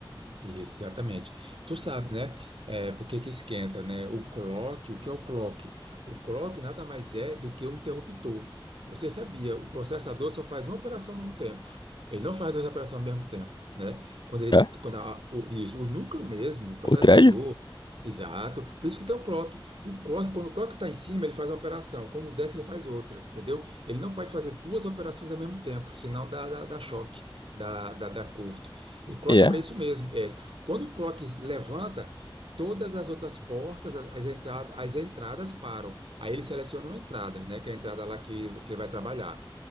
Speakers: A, on the right; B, on the left.
A: Isso, exatamente. Tu sabe, né? É, por que que esquenta, né? O clock, o que é o clock? O clock nada mais é do que um interruptor. Você sabia, o processador só faz uma operação ao mesmo tempo. Ele não faz duas operações ao mesmo tempo, né? Quando ele,
B: É?
A: quando a- o, isso, o núcleo mesmo, o processador,
B: O thread?
A: exato. Por isso que tem o clock. O clock, quando o clock está em cima, ele faz uma operação. Quando desce, ele faz outra, entendeu? Ele não pode fazer duas operações ao mesmo tempo, senão dá, dá, dá choque, dá, dá, dá curto. O clock
B: É.
A: é para isso mesmo. é quando o clock levanta, todas as outras portas, as, as entradas, as entradas param. Aí ele seleciona uma entrada, né? Que é a entrada lá que, que ele vai trabalhar.